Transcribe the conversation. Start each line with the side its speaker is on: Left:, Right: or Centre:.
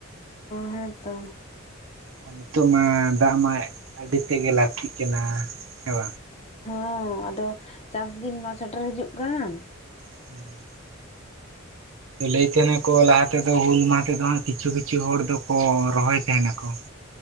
Left: ᱦᱮᱸ ᱛᱚ᱾
Right: ᱟᱨ ᱱᱤᱛᱚᱜ ᱢᱟ ᱫᱟᱜ ᱢᱟ, ᱟᱹᱰᱤ ᱛᱮᱫᱜᱮ ᱞᱟᱹᱠᱛᱤᱜ ᱠᱟᱱᱟ ᱦᱮᱸ
Left: ᱦᱮᱸ ᱟᱫᱚ ᱪᱟᱥ ᱫᱤᱱ ᱢᱟ ᱥᱮᱴᱮᱨ ᱦᱤᱡᱩᱜ ᱠᱟᱱ
Right: <unintelligible> ᱞᱟᱹᱭ ᱛᱮᱸᱦᱮ ᱱᱟᱠᱚ ᱞᱟᱦᱟ ᱛᱮᱫᱚ ᱦᱩᱞ ᱢᱟᱦᱟ ᱛᱮᱫᱚ ᱦᱟᱸᱜ ᱠᱤᱪᱷᱩ ᱠᱤᱪᱷᱩ ᱦᱚᱲ ᱫᱚᱠᱚ ᱨᱚᱦᱚᱭ ᱛᱮᱸᱦᱮ ᱱᱟᱠᱚ᱾